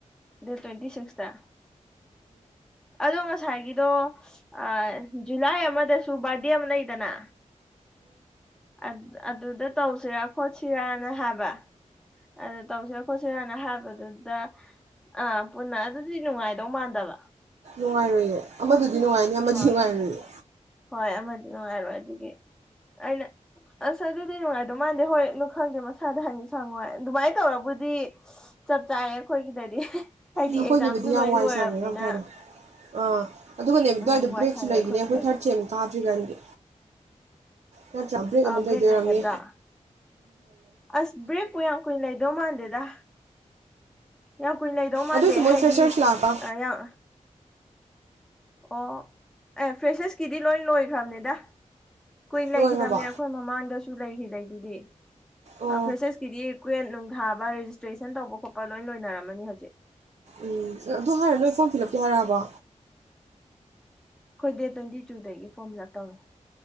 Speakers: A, in the centre; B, on the right.
A: ꯗꯦꯠ ꯇ꯭ꯋꯦꯟꯇꯤ ꯁꯤꯛꯁꯇ ꯑꯗꯣ ꯉꯁꯥꯏꯒꯤꯗꯣ ꯑꯥ ꯖꯨꯨꯂꯥꯏ ꯑꯃꯥꯗꯁꯨ ꯕꯥꯔꯠ ꯗꯤ ꯑꯃꯥ ꯂꯩꯗꯅ ꯑꯠ ꯑꯗꯨꯗ ꯇꯧꯁꯤꯔꯥ ꯈꯣꯠꯁꯤꯔꯅ ꯍꯥꯏ ꯕꯥ ꯑꯗꯨ ꯇꯧꯁꯤꯔꯥ ꯈꯣꯠꯁꯤꯔꯥꯅ ꯍꯥꯏꯕꯗꯨꯗ ꯑꯥ ꯄꯨꯟꯅ ꯑꯗꯨꯗꯤ ꯅꯨꯡꯉꯥꯏꯗꯧ ꯃꯥꯟꯗꯕ
B: ꯅꯨꯡꯉꯥꯏꯔꯣꯏꯌꯦ ꯑꯃꯥꯗꯨ ꯑꯗꯨ ꯅꯨꯡꯉꯥꯏꯅꯤ ꯑꯃꯗꯤ
A: ꯍꯣꯏ
B: ꯅꯨꯡꯉꯥꯏꯔꯣꯢꯌꯦ
A: ꯍꯣꯏ ꯑꯃꯗꯤ ꯅꯨꯡꯉꯥꯏꯔꯣꯏ ꯑꯗꯨꯒꯤ ꯑꯩꯅ ꯑꯁ ꯑꯗꯨꯗꯤ ꯅꯨꯡꯉꯥꯏꯗꯣꯢ ꯃꯥꯥꯟꯗꯦ ꯍꯣꯏ ꯈꯪꯗꯦ ꯃꯁꯥꯗ ꯍꯪꯒꯦꯁꯨ ꯍꯪꯉꯣꯏ ꯑꯗꯨꯃꯥꯏꯅ ꯇꯧꯔꯕꯨꯗꯤ ꯆꯞ ꯆꯥꯌꯦ ꯑꯩꯈꯣꯏꯒꯤꯗꯗꯤ ꯍꯥꯏꯗꯤ
B: ꯑꯩꯈꯣꯏꯒꯤꯕꯨꯗꯤ
A: ꯑꯦꯛꯖꯥꯝꯁꯨ
B: ꯌꯥꯝ
A: ꯂꯣꯏ
B: ꯋꯥꯏ
A: ꯂꯣꯏꯔꯕꯅꯤꯅ
B: ꯁꯪꯉꯦ ꯌꯥꯝ ꯐꯔꯦ ꯑꯥ ꯑꯗꯨꯒꯅꯦꯕ ꯑꯗꯨ꯭ꯋꯥꯏꯗꯣ
A: ꯎꯝ ꯋꯥꯏ
B: ꯕ꯭ꯔꯦꯛꯁꯨ
A: ꯁꯪꯉꯦ
B: ꯂꯩꯕꯅꯦ
A: ꯑꯩꯈꯣꯏꯒꯤꯗꯗꯤ
B: ꯑꯩꯈꯣꯏ ꯊꯥꯔꯠ ꯁꯦꯝ ꯀꯥꯗ꯭ꯔꯤ ꯀꯥꯟꯒꯤ ꯅꯠꯇ꯭ꯔꯥ ꯕ꯭ꯔꯦꯛ
A: ꯑꯥ
B: ꯑꯃꯨꯛ ꯂꯩꯗꯣꯏ ꯑꯣꯢꯔꯝꯅꯤ
A: ꯂꯩꯒꯗ꯭ꯔꯥ ꯑꯁ ꯕ꯭ꯔꯦꯛꯄꯨ ꯌꯥꯝ ꯀꯨꯏꯅ ꯂꯩꯗꯧ ꯃꯥꯟꯗꯦ ꯗꯥ ꯌꯥꯝ ꯀꯨꯏꯅ ꯂꯩꯗꯧ ꯃꯥꯟꯗꯦ
B: ꯑꯗꯨꯏꯁꯨ ꯃꯣꯏ
A: ꯍꯥꯏꯗꯤ
B: ꯐ꯭ꯔꯦꯁꯔꯁ ꯂꯥꯛꯄ
A: ꯑꯥ ꯌꯥꯝ ꯑꯣ ꯑꯦ ꯐ꯭ꯔꯦꯁ꯭ꯔꯁꯀꯤꯗꯤ ꯂꯣꯏ ꯂꯣꯏꯈ꯭ꯔꯕꯅꯦꯗ ꯀꯨꯏꯅ ꯂꯩꯈꯤꯗꯕꯅꯦ
B: ꯂꯣꯏꯈ꯭ꯔꯕꯣ
A: ꯑꯩꯈꯣꯏ ꯃꯃꯥꯡꯗꯁꯨ ꯂꯩꯈꯤꯗꯦ ꯑꯗꯨꯗꯤ
B: ꯑꯣ
A: ꯑ ꯐ꯭ꯔꯦꯁ꯭ꯔꯁ ꯀꯤꯗꯤ ꯀꯨꯋꯦꯠ ꯅꯨꯡꯊꯥꯕ ꯔꯦꯖꯤꯁꯇ꯭ꯔꯦꯁꯟ ꯇꯧꯕ ꯈꯣꯠꯄ ꯂꯣꯏ ꯂꯣꯏꯅꯔꯝꯃꯅꯤ ꯍꯧꯖꯤꯛ
B: ꯎꯝ ꯖꯥ ꯑꯗꯨ ꯍꯥꯏꯔꯣ ꯅꯣꯏ ꯐꯣꯔꯝ ꯐꯤꯜ ꯑꯞꯀꯤ ꯍꯥꯏꯔꯛꯑꯕꯣ
A: ꯑꯈꯣꯏ ꯗꯦꯠ ꯇ꯭ꯋꯦꯟꯇꯤ ꯇꯨꯗꯒꯤ ꯐꯣꯝꯐꯤꯜꯞ ꯇꯧꯅꯤ